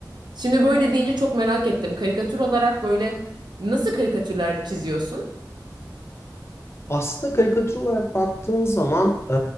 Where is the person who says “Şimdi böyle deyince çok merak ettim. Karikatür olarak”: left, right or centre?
Right